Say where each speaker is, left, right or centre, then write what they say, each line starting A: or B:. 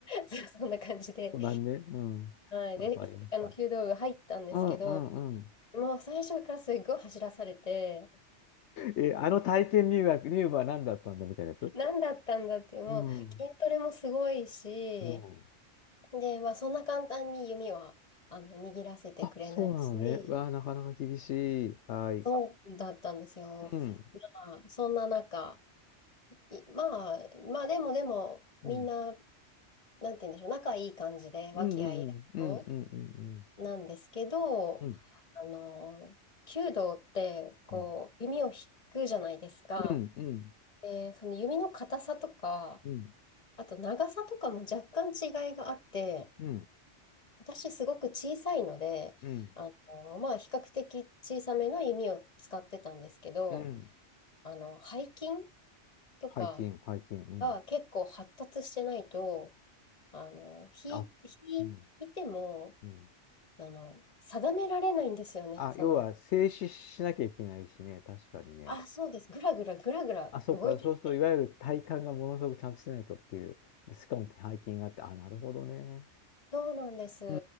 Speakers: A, on the left; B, on the left.
A: そう <laughs> そんな感じで、
B: こんなんね。うん。
A: はい、
B: わかりました。
A: で、あの弓道部入ったんですけど、
B: うんうんうん。
A: もう最初からすっごい走らされて、
B: え、あの体験入学、入部は何だったんだみたいなやつ
A: 何だったんだっていう、もう筋トレもすごいし、
B: うん。うん。
A: で、まあ、そんな簡単に弓はあの握らせてくれないし、
B: あ、そうなのね。わあ、なかなか厳しい。はい。
A: そうだったんですよ。
B: うん。
A: まあ、そんな中、いまあ、まあ、でもでも、
B: うん。
A: みんな、なんて言うんでしょう、仲いい感じで、和気あいあいと。
B: うんうんうんうんうん
A: なんですけど、
B: うんうん
A: あの、弓道って、こう、
B: うん
A: 弓を引くじゃないですか。
B: うんうん
A: で、その弓の硬さとか、
B: うん
A: あと長さとかも若干違いがあって、
B: うん
A: 私すごく小さいので、
B: うんうん
A: あの、まあ、比較的小さめの弓を使ってたんですけど、
B: うん
A: あの、背筋とか
B: 背筋背筋うん
A: が結構発達してないと、あの、引い、
B: あ、
A: 引いても、
B: うん、うん。
A: あの、定められないんですよね。
B: あ、
A: その、
B: 要は静止しなきゃいけないしね、確かにね。
A: あ、そうです。ぐらぐらぐらぐら動いちゃって。
B: あ、そうか、そうするといわゆる体幹がものすごくちゃんとしてないとっていう、でしかも背筋があって、あ、なるほどね。
A: そうなんです。
B: うー